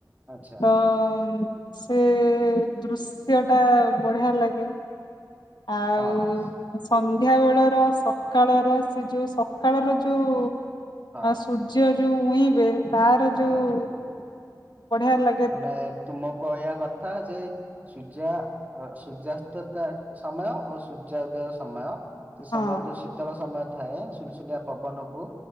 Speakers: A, on the right; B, on the left.
A: ଆଚ୍ଛା
B: ତ-ସେ-ଦୃଶ୍ୟ ଟା ବଢିଆ ଲାଗେ। ଆଉ
A: ହଁ
B: ସନ୍ଧ୍ୟା ବେଳର ସକାଳର ସେ ଯୋଉ ସକାଳର ଯୋଉ
A: ହଁ
B: ସୁର୍ ର୍ଯ୍ୟ ଯୋଉ ଉଇଁବେ ତାର ଯୋଉ
A: ହଁ।
B: ବଢିଆ ଲାଗ
A: ମାନେ ତୁମ କଇବା କଥା ଯେ ସୂର୍ଯ୍ୟା ସୂର୍ଯ୍ୟାସ୍ତତା ସମୟ ଓ ସୂର୍ଯ୍ୟ ଉଦୟ ସମୟ ସେ ସମୟରେ
B: ହଁ
A: ଯୋଉ ଶୀତଳ ସମୟ ଥାଏ ସୁଲସୁଲିଆ ପବନକୁ